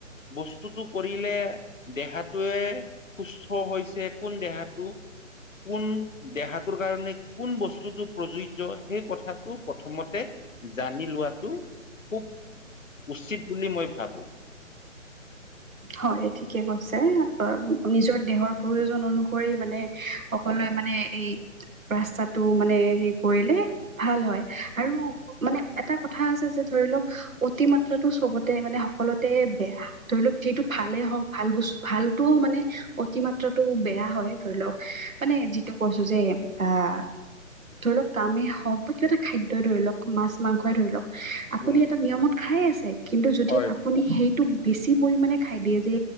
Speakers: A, on the left (about 75°); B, on the right (about 85°).
A: বস্তুটো কৰিলে দেহাটোৱে সুস্থ হৈছে কোন দেহাটো। কোন দেহাটোৰ কাৰণে কোন বস্তুটো প্ৰযোজয় সেই কথাটো প্ৰথমতে জানি লোৱাটো খুব উচিত বুলি মই ভাবো।
B: হয় ঠিকে কৈছে নিজৰ দেহৰ প্ৰয়োজন অনুসৰি কৰি মানে সকলোৱে মানে এই ৰাস্তাত তটো মানে সে কৰিলে ভাল হয় আৰু মানে এটা কথা আছে যে ধৰি লওক অতি মাত্ৰাটো চবতে মানে সকলোতে বেয়া। ধৰি লওক যিহেতু ভালেই হওক ভাল বস্তু ভালটোও মানে অতিমাত্ৰাটো বেয়া হয় ধৰি লওক মানে যিটো কৈছো যে আহ ধৰি লওক কামেই হওক বা কিবা এটা খাদ্যই ধৰি লওক মাছ মাংসই ধৰি লওক।
A: হয়
B: আপুনি এটা নিয়মত খাই আছে, কিন্তু যদি
A: হয়
B: আপুনি সেইটো বেছি পৰিমানমানে খাই দিয়ে যে